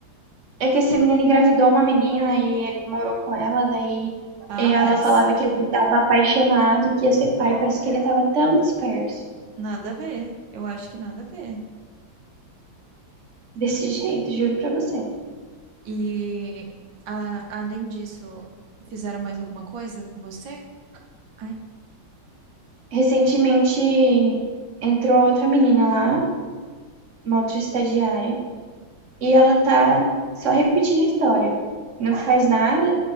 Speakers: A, on the right (about 55°); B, on the right (about 75°).
A: É que esse menino engravidou uma menina e ele morou com ela, daí
B: Ah,
A: ela
B: mas
A: falava que ele estava apaixonado e que ia ser pai, por isso que ele estava tão disperso.
B: nada a ver. Eu acho que nada a ver.
A: Desse jeito, juro pra você.
B: E a- além disso, fizeram mais alguma coisa com você? Ai,
A: Recentemente entrou outra menina lá, uma outra estagiária, e ela tá só repetindo a história. Não faz nada,